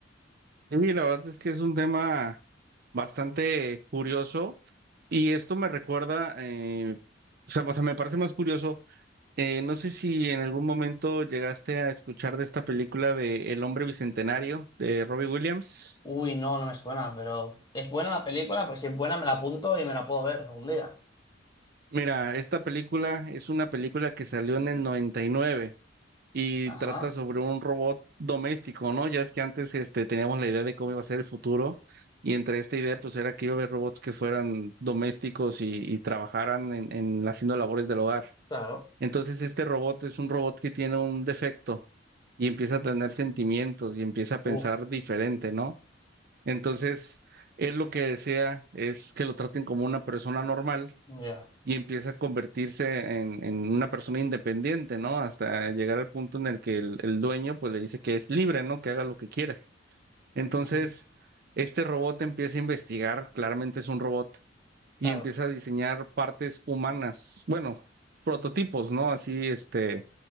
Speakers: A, on the right (about 55°); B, on the left (about 25°).
A: Y la verdad es que es un tema bastante curioso y esto me recuerda, eh, o sea, o sea, me parece más curioso, eh, no sé si en algún momento llegaste a escuchar de esta película de El hombre bicentenario de Robbie Williams.
B: Uy, no, no me suena, pero ¿es buena la película? Pues si es buena me la apunto y me la puedo ver algún día.
A: Mira, esta película es una película que salió en el 99 y nueve y
B: Ajá,
A: trata sobre un robot doméstico, ¿no? Ya es que antes este, teníamos la idea de cómo iba a ser el futuro y entre esta idea pues era que iba a haber robots que fueran domésticos y, y trabajaran en, en haciendo labores del hogar.
B: claro.
A: Entonces este robot es un robot que tiene un defecto y empieza a tener sentimientos y empieza a
B: Uf,
A: pensar diferente, ¿no? Entonces, él lo que desea es que lo traten como una persona normal
B: ya.
A: y empieza a convertirse en, en una persona independiente, ¿no? Hasta llegar al punto en el que el, el dueño pues le dice que es libre, ¿no? Que haga lo que quiere. Entonces,
B: Ujú,
A: este robot empieza a investigar, claramente es un robot,
B: Claro.
A: y empieza a diseñar partes humanas, bueno, prototipos, ¿no? Así, este